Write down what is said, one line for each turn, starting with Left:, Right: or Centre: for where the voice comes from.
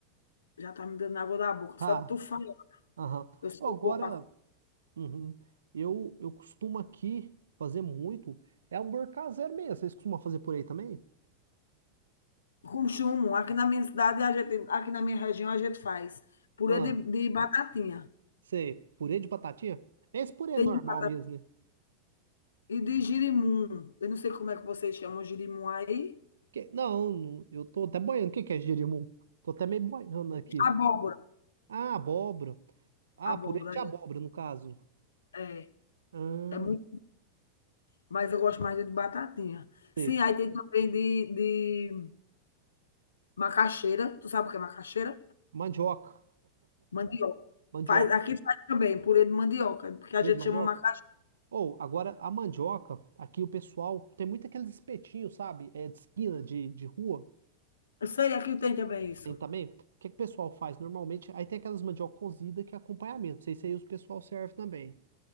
Left: Já tá me dando água da boca.
Right: Ah,
Left: Só de tu falar,
Right: aham.
Left: eu sou
Right: Ó, Agora,
Left: boa para
Right: uhum, eu, eu costumo aqui fazer muito. É hambúrguer caseiro mesmo. Vocês costumam fazer por aí também?
Left: Com chumbo. Aqui na minha cidade, a gente, aqui na minha região, a gente faz purê
Right: Ah,
Left: de, de batatinha.
Right: sei. Purê de batatinha? É Esse purê é
Left: Tem
Right: normal
Left: de batata
Right: mesmo, né?
Left: e de girimum. Eu não sei como é que vocês chamam girimum aí.
Right: Que- Não, não, eu tô até boiando. O que que é jerimum? Tô até meio boiando aqui.
Left: Abóbora.
Right: Ah, abóbora. Ah,
Left: Abóbora,
Right: purê de
Left: é.
Right: abóbora, no caso.
Left: É,
Right: Ah,
Left: é muito, mas eu gosto mais de batatinha.
Right: sei.
Left: Sim, aí tem também de, de macaxeira. Tu sabe o que é macaxeira?
Right: Mandioca.
Left: Mandioca.
Right: Mandioca.
Left: Faz, aqui faz também purê de mandioca, porque a
Right: Purê
Left: gente
Right: de mandioca?
Left: chama macaxeira.
Right: Ou, agora, a mandioca, aqui o pessoal tem muito aqueles espetinhos, sabe? É de esquina, de, de rua.
Left: Eu sei, aqui tem também isso.
Right: Tem também. O que que o pessoal faz normalmente? Aí tem aquelas mandioca cozida que é acompanhamento. Não sei se aí o pessoal serve também.